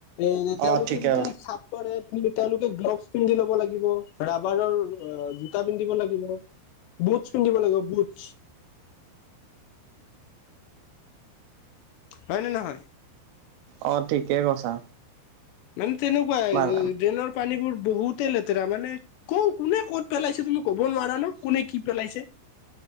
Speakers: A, on the left; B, on the right.
A: এ তেওঁলোকে
B: অ ঠিকে
A: যদি চাফ কৰে কিন্তু তেওঁলোকে গ্ল'ভছ পিন্ধি ল'ব লাগিব। ৰাবাৰৰ জোতা পিন্ধিব লাগিব, বুটছ পিন্ধিব লাগিব বুটছ। হয় নে নহয়?
B: অ' ঠিকেই কৈছা।
A: মানে তেনেকুৱাই
B: মান
A: ড্ৰেইনৰ পানীবোৰ বহুতে লেতেৰা মানে ক কোনে ক'ত পেলাইছে তুমি ক'ব নোৱাৰা ন কোনে কি পেলাইছে।